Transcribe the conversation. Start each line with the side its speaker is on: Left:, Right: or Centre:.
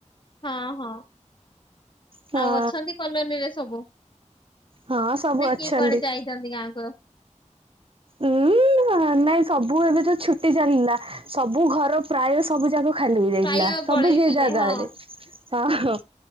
Left: ହଁ ହଁ
Right: ହଁ
Left: ଆଉ ଅଛନ୍ତି କଲୋନୀରେ ସବୁ?
Right: ହଁ ସବୁ
Left: ନାଇଁ କିଏ
Right: ଅଛନ୍ତି।
Left: କୁଆଡେ ଯାଇଛନ୍ତି ଗାଁକୁ।
Right: ଉଁ ନାଇଁ ସବୁ ଏବେ ତ ଛୁଟି ଚାଲିଲା ସବୁ ଘର ପ୍ରାୟ ସବୁ ଜାଗ ଖାଲି ହେଇଯାଇଥିଲା
Left: ପ୍ରାୟ
Right: ସବୁ
Left: ପଳେଇଥିଲେ
Right: ଯି ଜାଗାରେ
Left: ହଁ।
Right: ହଁ ହ